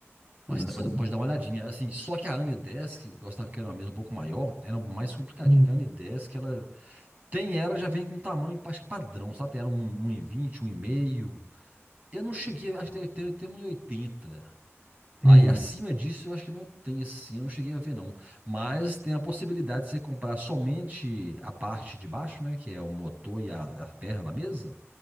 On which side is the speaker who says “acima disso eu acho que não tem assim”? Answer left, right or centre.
Right